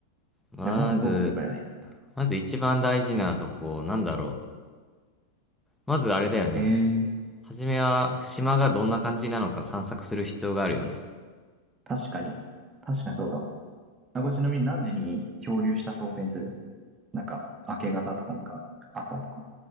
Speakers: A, in the centre; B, on the right.
A: まず、
B: ゃあ、まずどうするかよね。
A: まず一番大事なとこ、なんだろう。まずあれだよね。
B: ええー、
A: はじめは、島がどんな感じなのか散策する必要があるよね。
B: 確かに。確かにそうだわ。あ、これちなみに何時に漂流した想定にするなんか、明け方とか、なんか、朝とか。